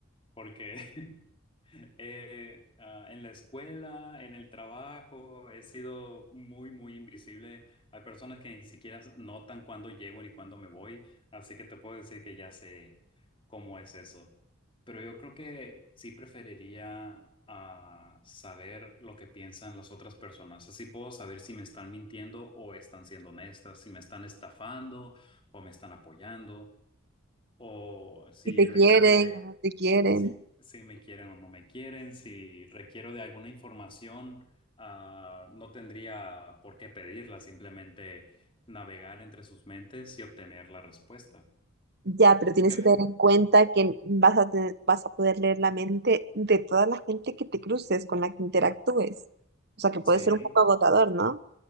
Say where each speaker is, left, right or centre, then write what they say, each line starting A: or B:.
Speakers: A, on the left (about 25°); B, on the right (about 50°).
A: porque <laughs> Eh, ah, en la escuela, en el trabajo, he sido muy, muy invisible. Hay personas que ni siquiera notan cuándo llego ni cuándo me voy, así que te puedo decir que ya sé cómo es eso. Pero yo creo que sí preferiría ah, saber lo que piensan las otras personas. Así puedo saber si me están mintiendo o están siendo honestas, si me están estafando o me están apoyando, o si
B: Si te
A: requiero
B: quieren
A: de
B: o no te quieren.
A: Sí, si me quieren o no me quieren, si requiero de alguna información, ah, no tendría por qué pedirla, simplemente navegar entre sus mentes y obtener la respuesta.
B: Ya, pero
A: ¿Tú
B: tienes
A: qué?
B: que tener en cuenta que vas a tener- vas a poder leer la mente de toda la gente que te cruces, con la que interactúes. O sea, que puede
A: Sí,
B: ser un poco agotador, ¿no?